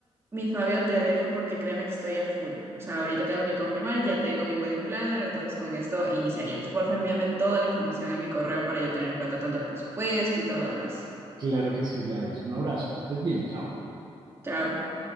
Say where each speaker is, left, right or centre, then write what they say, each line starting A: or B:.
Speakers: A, on the right; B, on the right.
A: mi Fabio, te dejo porque créeme que estoy a full. O sea, ahorita tengo que confirmar, ya tengo mi wedding planner, entonces con esto iniciaríamos. Porfa, envíame toda la información a mi correo para yo tener en cuenta tanto el presupuesto y todo lo demás.
B: Claro que sí, Gladys. Un abrazo, que estés bien. Chao.
A: Chao.